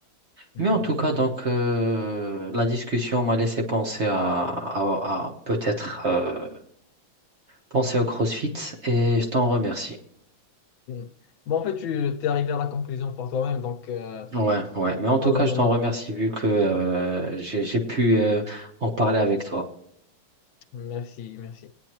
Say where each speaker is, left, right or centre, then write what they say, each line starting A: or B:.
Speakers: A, on the left; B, on the right.
A: Hmm.
B: Mais en tout cas, donc,
A: Hmm.
B: euh, la discussion m'a laissé penser à, à- à peut-être euh, penser au CrossFit et je t'en remercie.
A: Hmm. Bon, en fait, tu t'es arrivé à la conclusion par toi-même, donc euh,
B: Ouais, ouais. Mais en tout
A: pas besoin
B: cas, je t'en
A: de me
B: remercie
A: remercier.
B: vu que euh, j'ai, j'ai pu euh, en parler avec toi.
A: Merci, merci.